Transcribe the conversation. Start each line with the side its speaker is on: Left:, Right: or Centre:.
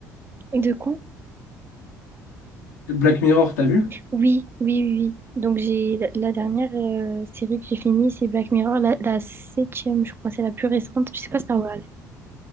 Right: a- De quoi?
Left: Black Mirror, t'as vu?
Right: Oui, oui, oui, oui. Donc, j'ai la la dernière euh, série que j'ai finie, c'est Black Mirror, la, la septième, je crois, c'est la plus récente. Je sais pas si t'as regardé.